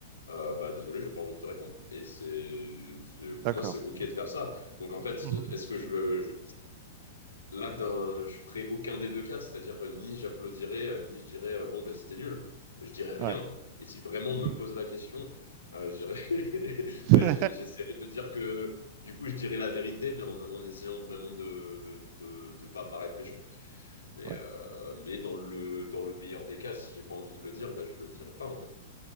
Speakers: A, on the left; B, on the right.
A: Euh, bah désolé, j'ai pas envie de te répondre. Et c'est, c'est- pour
B: d'accord.
A: moi, c'est OK de faire ça. Donc en fait,
B: Mmh
A: est-ce que je veux, je- là, d'un- je ferai aucun des deux cas, c'est-à-dire euh, ni j'applaudirai euh, ni je dirais euh, bon, ben, c'était nul, je dirais rien.
B: Ouais.
A: Et si vraiment on
B: Mmh
A: me pose la question, euh, je dirais, <laughs>
B: <laughs>
A: ben, j- j'essaierai de dire que du coup, je dirais la vérité, mais en, en essayant vraiment de de, de pas paraître méchant. Mais,
B: Ouais,
A: euh, mais dans le, dans le meilleur des cas, si j'ai pas envie de le dire, ben, je le dirai pas en fait.